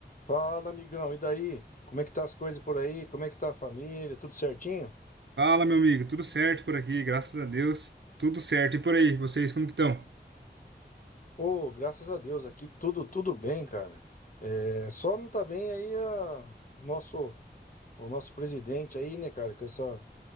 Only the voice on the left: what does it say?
Fala, amigão, e daí? Como é que tá as coisas por aí? Como é que tá a família? Tudo certinho?
Ô, graças a Deus, aqui tudo tudo bem, cara. É, só não tá bem aí a- o nosso o nosso presidente aí, né, cara, com essa